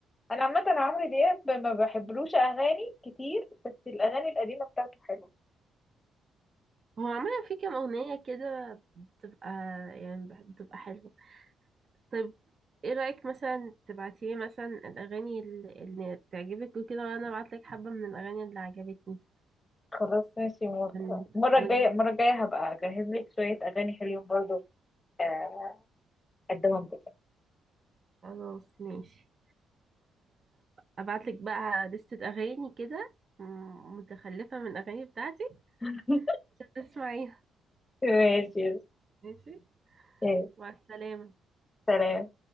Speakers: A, on the left; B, on the right.
A: انا عامه عمرو دياب ما بحبلوش اغاني كتير بس الاغاني القديمه بتاعته حلوه
B: هو عمل في كام أغنية كده بتبقى يعني بح- بتبقى حلوة طب ايه رأيك مثلا تبعتيلي مثلا الأغاني اللي اللي بتعجبك وكده وأنا أبعتلك حبة من الأغاني اللي عجبتني
A: خلاص ماشي موافقة
B: ون
A: المرة الجاية
B: ون-
A: المرة الجاية هبقى أجهز لك شوية أغاني حلوين برضو آه، أقدمهم لك
B: خلاص ماشي ابعت لك بقى لستة اغاني كده م- متخلفة من الاغاني بتاعتي
A: <laughs>
B: عشان تسمعيها
A: ماشي
B: ماشي
A: ماشي
B: مع السلامة
A: سلام